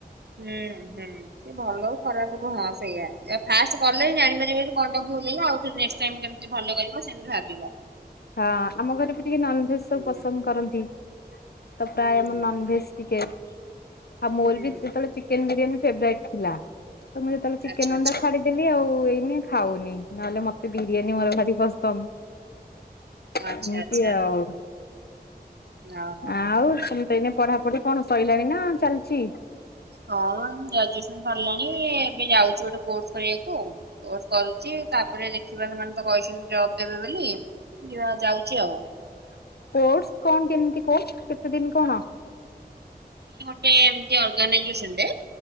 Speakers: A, on the right (about 85°); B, on the left (about 75°).
A: ହୁଁ ହଁ ସେ ଭଲ ହଉ ଖରାପ ହ ହଁ ସେଇଆ ଫାଷ୍ଟ କଲେ ବି ଜାଣିପାରିବ କଣଟା ଭୁଲ ହେଲେ ଆଉ ଥରେ କେମତି ଭଲ କରିବ ସେମିତି ଭାବିବ।
B: ହଁ ଆମ ଘରେ ବି ଟିକେ ନନଭେଜ ସବୁ
A: ହୁଁ
B: ପସନ୍ଦ କରନ୍ତି ତା ପ୍ରାୟ
A: ହୁଁ
B: ଏମ
A: ହୁଁ
B: ନନ ଭେଜ ଟିକେ ଆଉ ମୋର
A: ହୁଁ
B: ବି ଯେତେବେଳେ ଚିକେ ବିରିୟାନୀ ଫେବ୍ରେଟ୍ ଥିଲା। ତ ମୁଁ ଯେତେବେଳେ ଚିକେନ୍
A: ଆଚ୍ଛା ଆଚ୍ଛା
B: ଅଣ୍ଡା ଛାଡିଦେଲି ଆଉ ଖାଉନି ନହେଲେ ମତେ ବିରିୟାନୀ ମୋର ଭାରି ପସନ୍ଦ।
A: ଆଚ୍ଛା
B: ଏମିତି
A: ଆଚ୍ଛା
B: ଆଉ
A: ଓହୋ।
B: ଆଉ ତମେ ତ ଏଇନ ପଢ଼ାପଢ଼ି କଣ ସଇଲାଣି ନା ଚାଲିଛି।
A: ହଁ ଗ୍ରାଜୁଏସନ୍ ସରିଲାଣି। ଏବେ ଯାଉଛୁ ଗୋଟେ କୋର୍ସ କରିବାକୁ କୋର୍ସ କରୁଛି ତାପରେ ଦେେଖିବା ସେମାନେ ତ କହିଛନ୍ତି ଜବ୍ ଦେବେ ବୋଲି। ଯିବା ଯାଉଛି ଆଉ
B: କୋର୍ସ କଣ କେମିତି କୋର୍ସ କେତେ ଦିନ୍ କଣ?
A: ମାନେ ଏମିତି ଅର୍ଗାନାଇଜେସନ ରେ